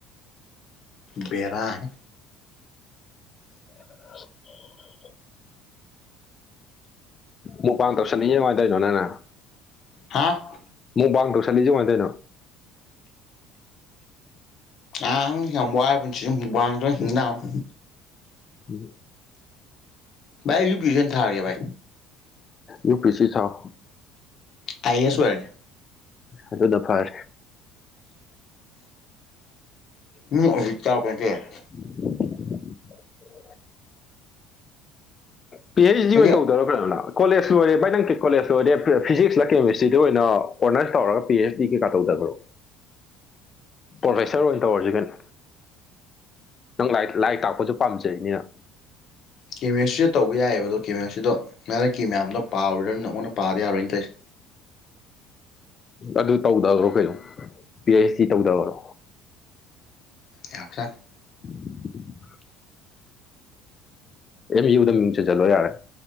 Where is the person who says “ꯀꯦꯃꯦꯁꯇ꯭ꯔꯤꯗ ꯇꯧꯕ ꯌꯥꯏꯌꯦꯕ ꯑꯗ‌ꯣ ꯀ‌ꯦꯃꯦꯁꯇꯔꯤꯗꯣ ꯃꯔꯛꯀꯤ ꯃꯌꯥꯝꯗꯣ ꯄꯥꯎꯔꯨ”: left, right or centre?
Left